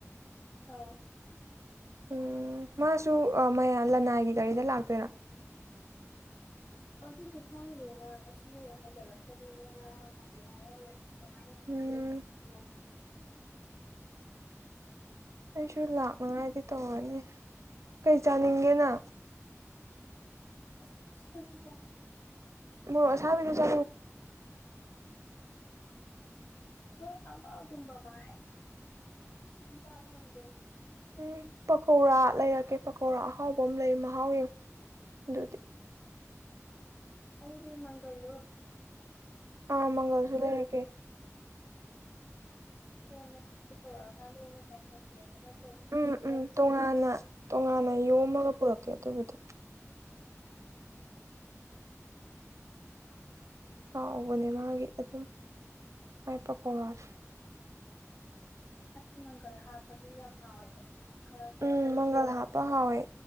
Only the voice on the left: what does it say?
ꯑꯧ
ꯑꯗꯨꯗꯤ ꯈꯪꯗꯦꯅ ꯉꯁꯤ ꯍꯥꯏꯒꯠꯂꯛꯀꯅꯤꯅ ꯉꯔꯥꯡ ꯍꯥꯏꯐꯦꯠ ꯍꯥꯏꯔꯝꯕꯅꯦ ꯀꯃꯥꯏꯅ ꯂꯥꯛꯣꯗꯤ
ꯍꯪꯍ
<unintelligible>
ꯍꯣꯏ ꯑꯃꯒꯨꯝꯕ ꯃꯥ ꯆꯥꯕ ꯉꯝꯒꯦꯅ
ꯑꯜꯔꯤ ꯃꯪꯜ
ꯀꯣꯟꯅ ꯌꯧꯔꯛꯑꯀꯥꯟꯗ ꯑꯣꯏꯅ ꯆꯥꯏꯁꯟꯁꯦ ꯍꯠꯅꯖꯔꯤ
ꯁꯨꯠꯂꯅꯤ
ꯎꯝ
<inaudible>
ꯑ ꯃꯪꯒꯜ ꯍꯥꯞꯄꯗꯤ ꯌꯥꯝ ꯍꯥꯎꯋꯦꯕ ꯈꯔ ꯀꯦꯝ
ꯇꯧꯔ